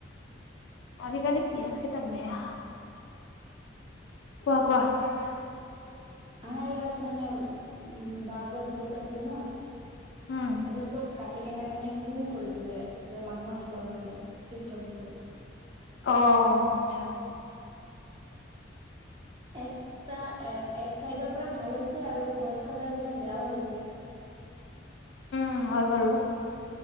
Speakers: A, on the left (about 70°); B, on the right (about 30°).
A: আজিকালি পিয়াজ কেইটা বেয়া কোৱা -কোৱা-
B: আমাৰ ইয়াত মানে উ বাঁহ গছ বহুত আছিল ন-
A: উম
B: এতিয়া চব কাতি- কেনে মানে ক্লিন কৰি দিলে এতিয়া মানুহ আহিব ইয়াতে চিফ্ট হ'ব চব
A: অ ্আচ্ছা।
B: একটা এক এক চাইডৰ পৰা ভাল হৈছে আৰু গছ কাটাৰ কাৰণে বেয়াও হৈছে।
A: উম হয় বাৰু,